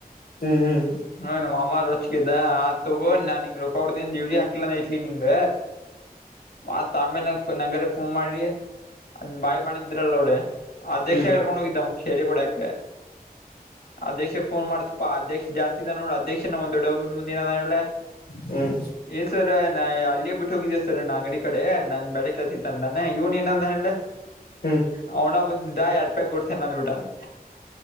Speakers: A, on the left; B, on the left.
A: ಹ್ಮ್ ಹ್ಮ್ ಹ್ಮ್ ಹ್ಮ್ ಹ್ಮ್ ಹ್ಮ್
B: ಹ ನಮ್ಮ ಮಾಮರ ರೊಚ್ಚಿ ಕಿದ್ದ ಆ ತೊಗೊ ನಾ ನಿಂಗ್ ರೊ ಕೊಡ್ತೀನಿ ದೇವರಿಗ ಹಾಕ್ಲಿಲ್ಲ್ ಅಂದ್ರ ಐತ್ಲೆ ನಿಂಗ, ಮತ್ ಆಮ್ಮೇಲ ನನ್ಗರೆ ಫೋನ್ ಮಾಡಿ ಅ ಬಾಯಿ ಮಾಡಿದ್ರಲ್ಲ ನೋಡೆ ಅಧ್ಯಕ್ಷ
A: ಹ್ಮ್
B: ಕರ್ಕೊಂಡ್ ಹೋಗಿದ್ದ ಕೆ ರಿಗಿ ಒಡೆಕ್ಕ. ಅಧ್ಯಕ್ಷ ಫೋನ್ ಮಾಡ್ತು ಎಪ್ಪಾ ಅಧ್ಯಕ್ಷ ಜಾಸ್ತಿ ಜನ ನೋಡಿ ಅಧ್ಯಕ್ಷ ನೆ ನಮ್ಮ ದೊಡ್ಡಪ್ಪನ ಮುಂದೆಳನಲ್ಲ,
A: ಹ್ಮ್
B: ಇಲ್ಲ ಸರ್ ನಾ ಅಲ್ಲೇ ಬಿಟ್ಟ ಹೋಗಿದೇ ಸರ್ ನಾ ಅಂಗಡಿ ಇಕಡೆ ನಾನ್ ಬೇರ್ಯಾ ಕೆಲಸ ಇತ್ತ ಅಂದಾನ್ ಇವನ್ ಏನ ಅಂದಾನ್ ಹೇಳ್ಲೆ
A: ಹ್ಮ್ ಹ್ಮ್
B: ಅವ್ನ ಬಂದಿದಾ ಕೊಡ್ಸ್ಯಾನ್ ಅಂದ ಬಿಟ್ಟಾನ್.